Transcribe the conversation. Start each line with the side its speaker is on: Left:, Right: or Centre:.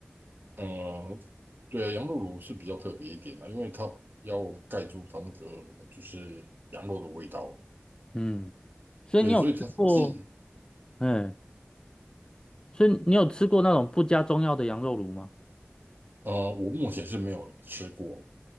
Right: 呃，对啊，羊肉炉是比较特别一点的，因为它要盖住它那个就是羊肉的味道。
Left: 嗯，所以你有吃过，
Right: 对，所以它基
Left: 嗯，所以你有吃过那种不加中药的羊肉炉吗？
Right: 呃，我目前是没有吃过。